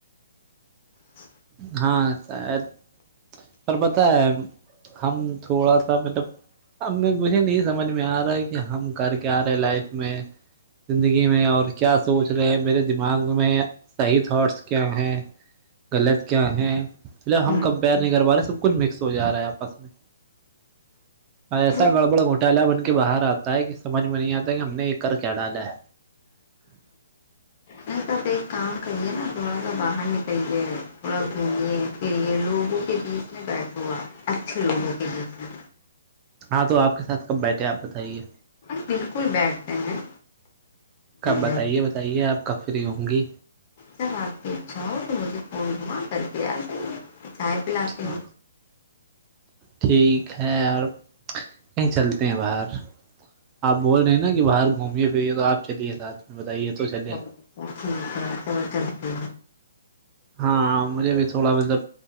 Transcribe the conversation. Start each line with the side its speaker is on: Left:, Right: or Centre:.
Left: ہ
Right: ہاں ساید اور پت ہے ہم تھوڑا سا مطلب مجھے نہیں سمجھ میں آ رہا ہے کہ ہم کر کے آ رہے ہیں لائف میں زندگی میں اور کیا سوچ رہے ہیں میرے دماغ میں صحیح تھاٹس کیا ہیں غلط کیا ہے ملب
Left: ہوں،
Right: ہم کمپیئر نہیں کر پا رہے سب کچھ مکس ہو جا رہا ہے آپس میں ایسا
Left: وہ
Right: گڑبڑ گھوٹالہ بن کے باہر آتا ہے کہ سمجھ میں نہیں آتا ہے کہ ہم نے ایک کر کیا ڈال ہے
Left: ایک ساتھ ایک کام کریے نا تھوڑا سا باہر نکلیے تھوڑا گھومے پھرے لوگوں کے بیچ میں بیٹھ ہوا اچھے لوگوں کے بیچ میں
Right: ہاں تو آپ کے ساتھ کب بیٹھے آپ بتائیے
Left: پ بالکل بیٹھتے ہیں
Right: کب بتائیے
Left: جب
Right: بتائیے آپ کب فری ہوں گی
Left: جب آپ کی اچھا ہو تو مجھے خون گھما کرکے آ جائیے چائے پلاتے
Right: ہ
Left: ہو
Right: ٹھیک ہے اور کہ چلتے ہیں باہر آپ بول نہیں نا کہ باہر گھومے پھرریے تو آپ چلیے ساتھ میں بتائیے تو چلے
Left: چلو ٹھیک ہے کرتی
Right: ہاں مجھے بھی تھوڑا مطلب